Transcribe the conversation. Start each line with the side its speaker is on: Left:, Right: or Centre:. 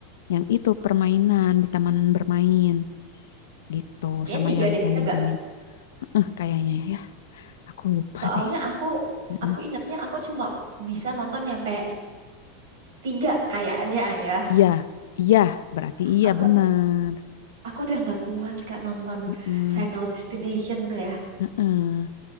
Left: yang itu permainan di taman bermain gitu
Right: kayaknya
Left: sama
Right: tiga
Left: yang
Right: deh,
Left: tending-tending
Right: ya gak?
Left: Heeh, kayaknya ya aku lupa
Right: Soalnya
Left: deh
Right: aku,
Left: Heeh.
Right: aku ingatnya aku cuma bisa nonton nyampe tiga kayaknya ya.
Left: iya iya berarti iya
Right: Aku,
Left: benar
Right: aku udah nggak kuat kak nonton
Left: Heeh,
Right: Final Destination tuh ya.
Left: heeh.